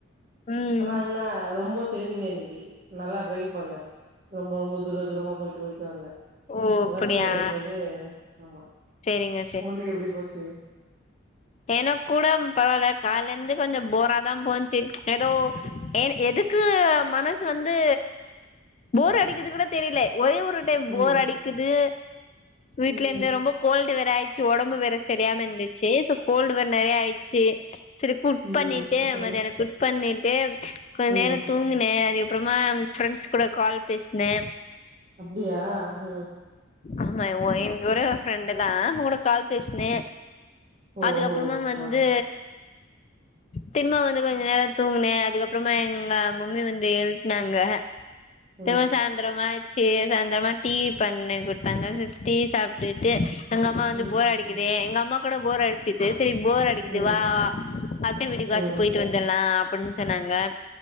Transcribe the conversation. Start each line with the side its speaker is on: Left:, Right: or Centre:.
Left: ம்
Right: ஆனா என்ன ரொம்ப தெரிஞ்சது இன்னைக்கி நல்லா ட்ரைவ் பண்ணே ரொம்ப ரொம்ப தூர தூரமா போயிட்டு போயிட்டு வந்தே
Left: ஓ அப்படியா
Right: ஒர்க்ல இருக்கும் போது ஆமா
Left: சேரிங்க
Right: உங்களுக்கு எப்டி போச்சு
Left: எனக்கூடம் பரவால்ல கால்லருந்து கொஞ்ச போரா தா போன்ச்சு எதோ ஏனு எதுக் கு மனசு வந்து போர் அடிக்கறது கூட தெரில ஒரே ஒரு டைம் போர்
Right: ம்
Left: அடிக்குது வீட்லருந்து
Right: ம்
Left: ரொம்ப கோல்டு வேற ஆயிர்ச்சு ஒடம்பு வேற செரியாம இருந்துச்சு சோ கோல்டு வேற நெறைய ஆயிர்ச்சு செரி குக்
Right: ம்
Left: பண்ணிட்டு
Right: அப்றோ
Left: மத்தியான குக் பண்ணிட்டு கொஞ்ச
Right: ம்
Left: நேர தூங்குனே அதுக்கப்பறமா ஃப்ரெண்ட்ஸ் கூட கால் பேசுனே
Right: அப்டியா ம்
Left: ஆமா ஒ எங் ஒரே ஒரு ஃப்ரெண்டு தா அவ கூட கால் பேசுனே
Right: ஓஹோ
Left: அதுக்கப்பறமா வந்து
Right: ஆ
Left: திரும்ம வந்து கொஞ்ச நேர தூங்குனே அதுக்கப்பறமா எங்க மம்மி வந்து எழுப்புனாங்க
Right: ஆ
Left: திரும்ப
Right: ம்
Left: சாந் ந்திராமாச்சு சாய்ந்திரமா டீ பன்னு குடுத்தாங்க சேரி டீ சாப்ட்டுட்டு எங்க அம்மா வந்து
Right: ம்
Left: போர்
Right: அப்டியா
Left: அடிக்கிதே எங்க அம்மா கூட போர் அடிச்சிட்டு செரி போர் அட் அடிக்குது
Right: ம்
Left: வா அத்த வீடுக்காச்சு
Right: ம் ம்
Left: போயிட்டு வந்துர்லா அப்டின் சொன்னாங்க